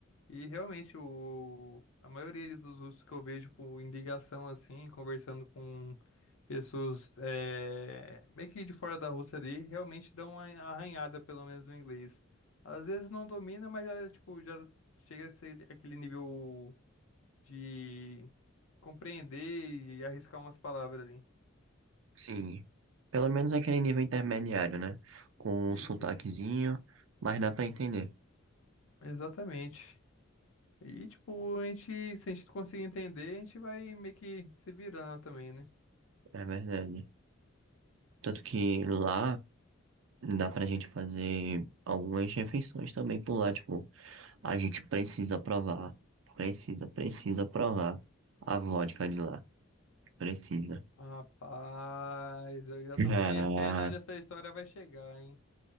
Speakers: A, on the left (about 80°); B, on the right (about 65°).
A: E realmente, o, a maioria dos russos que eu vejo com- em ligação assim, conversando com pessoas é, meio que de fora da Rússia ali, realmente dão uma arranhada, pelo menos no inglês. Às vezes não domina, mas já, tipo, já chega a ser aquele nível de compreender e arriscar umas palavras ali.
B: Sim, pelo menos aquele nível intermediário, né? Com
A: Isso,
B: um sotaquezinho, mas dá pra entender,
A: exatamente. E, tipo, a gente, se a gente conseguir entender, a gente vai meio que se virando também, né?
B: é verdade. Tanto que lá Dá pra gente fazer algumas refeições também por lá. Tipo, a gente precisa provar. Precisa, precisa provar a vodka de lá. Precisa.
A: Rapaz, eu já tô
B: É,
A: conhecendo onde essa história vai chegar, hein?